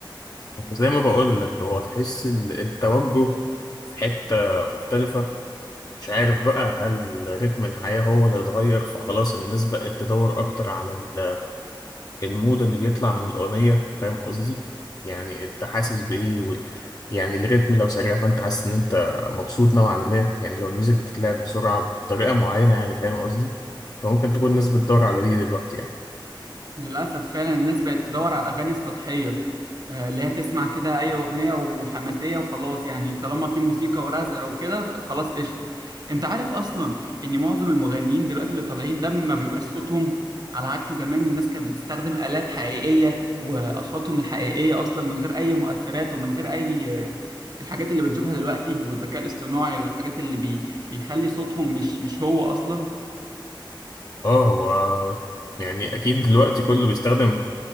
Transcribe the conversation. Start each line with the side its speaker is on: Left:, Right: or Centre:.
Left: زي ما بقول لك هو تحس ال- التوجه في حته مختلفه مش عارف بقى هل رتم الحياه هو اللي اتغير فخلاص الناس بقت تدور اكتر على ال المود اللي بيطلع من الأغنية فاهم قصدي؟ يعني أنت حاسس بإيه وال... يعني الريتم لو سريع فأنت حاسس إن أنت مبسوط نوعا ما يعني لو الميوزك بتتلعب بسرعة بطريقة معينة يعني فاهم قصدي؟ فممكن تكون الناس بتدور على دي دلوقتي يعني
Right: للأسف فعلا الناس بقت تدور على الأغاني السطحية آه، اللي هي تسمع كده أي أغنية وحماسية وخلاص يعني طالما في موسيقى ورزع وكده خلاص قشطة أنت عارف أصلا إن معظم المغنيين دلوقتي اللي طالعين ده ما بيبقاش صوتهم على عكس زمان الناس كانت بتستخدم آلات حقيقية وأصواتهم الحقيقية أصلا من غير أي مؤثرات ومن غير أي آه، الحاجات اللي بنشوفها دلوقتي والذكاء الاصطناعي والحاجات اللي بي... بيخلي صوتهم مش مش هو أصلا
Left: آه هو يعني أكيد دلوقتي كله بيستخدم